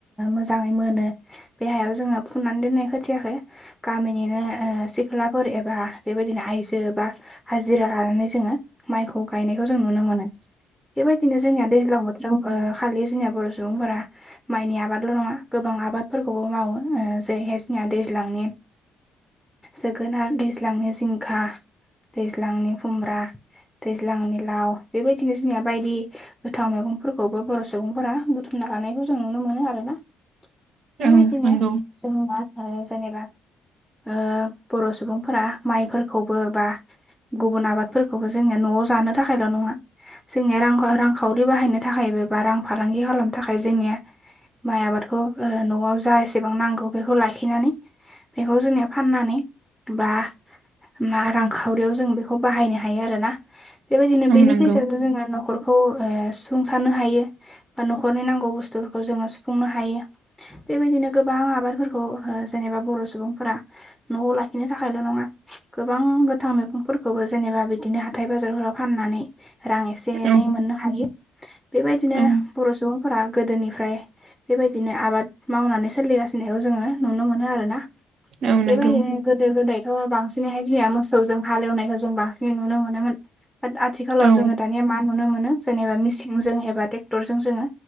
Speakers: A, in the centre; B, on the right.
A: मोजाङै मोनो। बे हायाव जोङो फुननानै दोननाय खोथियाखो गामिनिनो ओ सिख्लाफोर एबा बेबाय दिनो आइजो बा हाजिरा लानानै जोङो माइखौ गायनायखौ जों नुनो मोनो।
B: <inaudible>
A: बेबायदिनो जोंनिया दैज्लां बोथोराव ओ खालि जोंनिया बर' सुबुंफोरा माइनि आबादल' नङा गोबां आबाद फोरखौबो मावो ओ जेरैहाय जोंनिया दैज्लांनि जोगोनार, दैज्लांनि जिंखा, दैज्लांनि खुमब्रा, दैज्लांनि लाव बेबायदिनो जोंनिया बायदि गोथां मैगंफोरखौबो बर' सुबुंफोरा बुथुम लानायखौ जों नुनो मोनो आरो ना।
B: <inaudible>
A: बेबायदिनो
B: नंगौ
A: जों मा होनो जेनेबा ओ बर' सुबुंफोरा माइफोरखौबो बा गुबुन आबादफोरखौबो जोंनिया न'आव जानो थाखायल' नङा जोंनिया रां रां रांखावरि बाहायनो थाखाय बा रां फालांगि खालामनो थाखाय जोंनि माइ आबादखौ ओ न' न'आव जा एसेबां नांगौ बेखौ लाखिनानै बेखौ जोंनिया फाननानै बा मा रांखावरियाव जों बेखौ बाहायनो हायो आरो ना बेबायदिनो
B: औ
A: बेनि
B: नंगौ
A: फैसाजों जोङो न'खर खौ ओ सुफुंसारनो हायो बा न'खरनि नांगौ बुस्थुफोरखौ जोङो सुफुंनो हायो। बेबायदिनो गोबां आबादफोरखौ ओ जेनेबा बर' सुबुंफोरा न'आव लाखिनो थाखायल' नङा। गोबां गोथां मैगंफोरखौबो जेनेबा बिदिनो हाथाय बाजारफोराव फाननानै रां एसे एनै
B: औ
A: मोननो हायो बेबायदिनो
B: औ
A: बर' सुबुं फोरा गोदोनिफ्राय बेबायदिनो आबाद मावनानै सोलिगासिनोखौ जोङो नुनो मोनो आरोना
B: औ
A: बेबायदिनो
B: नंगौ
A: गोदो गोदाय थ' बांसिनैहाय जिया मोसौजों हालेवनायखौ जों बांसिनै नुनो मोनोमोन। आथिखालाव
B: औ
A: जोङो दानिया मा नुनो मोनो जेनेबा मिसिनजों एबा टेक्टरजों जोङो